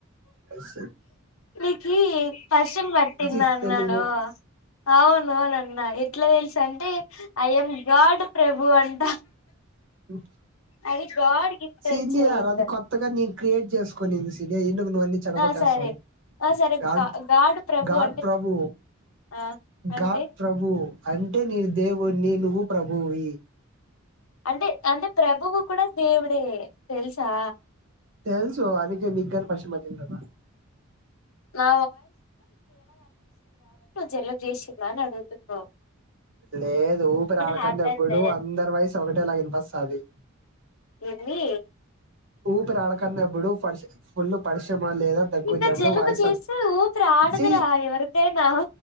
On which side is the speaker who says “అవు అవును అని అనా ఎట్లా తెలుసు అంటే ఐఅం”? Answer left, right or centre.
Left